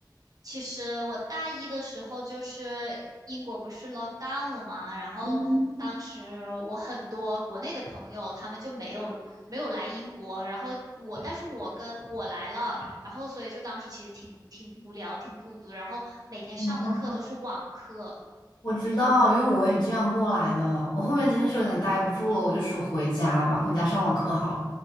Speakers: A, on the right (about 55°); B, on the left (about 70°).
A: 其实我大一的时候，就是英国不是 lockdown 了嘛，然后当时我很多国内的朋友他们就没有没有来英国，
B: 嗯，
A: 然后我但是我跟我来了，然后所以就当时其实挺挺无聊、挺孤独，然后每天上的课都是网课。
B: 嗯我知道，因为我也这样过来的，我后面真的是有点待不住了，我就说回家吧，回家上网课好了。